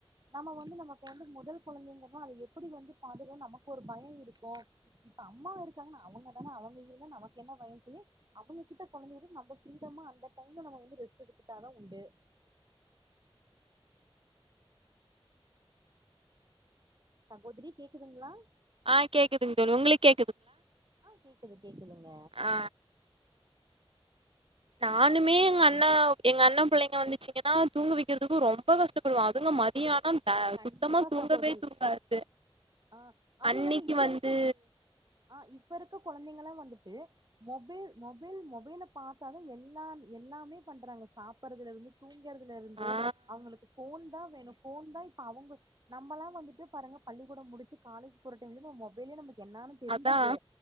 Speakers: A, on the right (about 45°); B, on the right (about 70°).
A: நம்ம ஒ நமக்கு வந்து மொதல் கொழந்தைங்கன்னா அத எப்படி வந்து பாதுகணு நமக்கு ஒரு பயம் இருக்கும் இப்ப அம்மா இருக்காங்கன்னா அவங்க தான அவங்க இருந்தா நமக்கென்ன பயம் சொல்லி அவங்ககிட்ட கொழந்தைய நம்ம ஃபீரடமா அந்த டைம்ல நம வந்து ரெஸ்ட் எடுத்துட்டாதா உண்டு சகோதரி கேக்குதுங்களா
B: ஆ கேக்குதுங்க தோழி உங்களுக்கு கே
A: ஆஹ் கேக்குது கேக்குதுங்க
B: ஆ நானுமே எங்க அண்ண எங்க அண்ணன் புள்ளைங்க வந்துச்சீங்கன்னா தூங்க வெக்கறதுக்கு ரொம்ப கஷ்டப்படுவ அதுங்க மதியம் ஆனா த
A: கண்டிப்பா
B: சுத்தமா தூங்கவே
A: சகோதரி
B: தூங்காது
A: ஆஹ் அதும்
B: அன்னைக்கு
A: இல்லாம இப்ப
B: வந்து
A: இருக்க ஆஹ் இப்ப இருக்க கொழந்தைங்களா வந்து து மொபைல்-மொபைல்- மொபைல பாத்தாதான் எல்லாம் எல்லாமே பண்றாங்க சாப்படுறதுல இருந்து தூங்குறதுல இருந்து
B: ஆ
A: அவங்களுக்கு ஃபோன் தான் வேணு ஃபோன் தான் அவங்க நம்மல்லா வந்துட்டு பாருங்க பள்ளிக்கூடம் முடிச்சு காலேஜ் போற டைம்லயுமே மொபைலே நம்ப என்னான்னு தெரிஞ்சுது
B: அதா